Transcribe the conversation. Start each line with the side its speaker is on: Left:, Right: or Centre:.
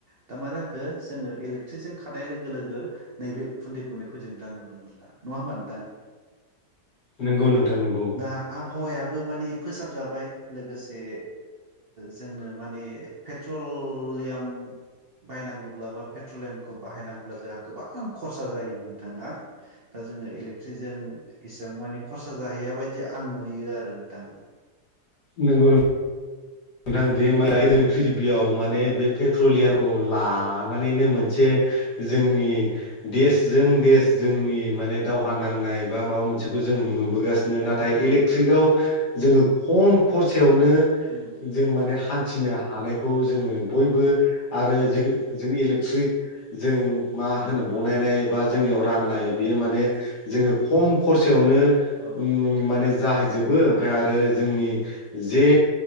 Right: दा मा जाखो जोङो इलेकट्रिक जों खारनाय लोगो लोगो नैबे उखुन्दै गुनायखौ जों दा नुनो मोनला नङा होमबा नोंथां
Left: नंगौ नोंथां नंगौ
Right: दा आबहावायाबो माने फोसाबजाबाय लोगोसे जोंनो माने पेट्रलियाम बाहायनांगौब्ला बा पेट्रलियामखौ बाहायनांगौब्ला जोंहा गोबां खरसा जायोमोन नोंथांना दा जोङो इलेकट्रिक जों इसेबां माने खरसा जाहैया बायदि आं नुयो आरो नोंथां
Left: नंगौ नों नोंथां बे म जोंनि प्रिबियाव माने बे पेट्रलियामखौ लानानैनो मोनसे जोंनि देशजों देश जोंनि माने दावहा नांनाय बा माबा मोनसेखौ जों नुबोगासिनो नाथाय
Right: औ
Left: इलेट्रिक आव जोङो खम खरसायावनो
Right: उम
Left: जों माने हा नथिनो हानायखौ जोङो बयबो आरो जों जों इलेक्ट्रिक जों मा होनो बनायनाय बा
Right: औ
Left: जोंनियाव राननाय बेयो माने जोङो खम खरसायावनो
Right: औ
Left: ओम माने जाहैजोबो ओमफ्राय आरो जोंनि जे